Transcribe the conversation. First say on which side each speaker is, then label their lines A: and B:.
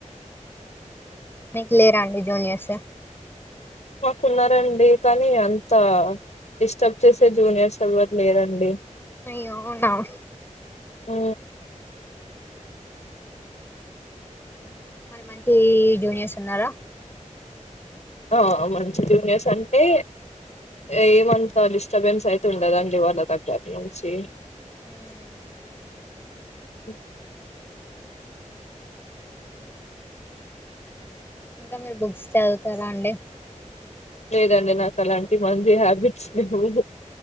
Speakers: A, on the left (about 15°); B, on the left (about 65°).
A: మీకు లేరా అండి జూనియర్స్?
B: మాకు ఉన్నారు అండి కానీ అంత డిస్టర్బ్ చేసే జూనియర్స్ ఎవరు లేరు అండి
A: అయ్యో ఉన్నాం
B: ఆ
A: మరీ మంచి జూనియర్స్ ఉన్నారా?
B: ఆ మంచి జూనియర్స్ అంటే ఎం అంత డిస్టబెన్స్ అయితే ఉండదండి. వాళ్ళ దగ్గర నుంచి
A: ఉమ్
B: అ
A: ఇంకా మీరు బుక్స్ చదువుతారా అండి?
B: లేదు అండి నాకు అలాంటి మంచి హ్యాబిట్స్ లేవు.